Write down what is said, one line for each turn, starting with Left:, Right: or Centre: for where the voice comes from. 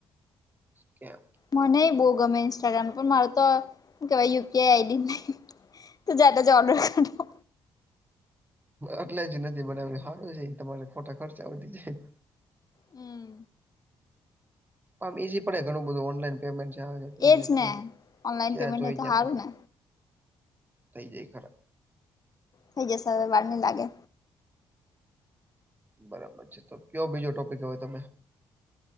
Right: ક્યાં
Left: મનેહી બહુ ગમે ઇન્સ્ટાગ્રામ પણ મારું તો શું કેવાય યુપીઆઈ આઈડી જ નહીં <unintelligible>
Right: એટલે જ નથી મને એ સારું છે તમારે ખોટા ખર્ચા વધી જાય
Left: હમ
Right: આમ ઈઝી પે ઘું બધું ઓનલાઈન પેમેન્ટ છેે
Left: એજ
Right: એટલે
Left: ને ઓનલાઈન
Right: જ્યાં
Left: પેમેન્ટ
Right: જોઈ
Left: એ તો
Right: ત્યા
Left: સારું
Right: બધું
Left: ને
Right: થઈ જાય ખરા
Left: થઈ જસે હવે વાર ની લાગે
Right: બરાબર છે તો કયો બીજો ટોપિક હવે તમે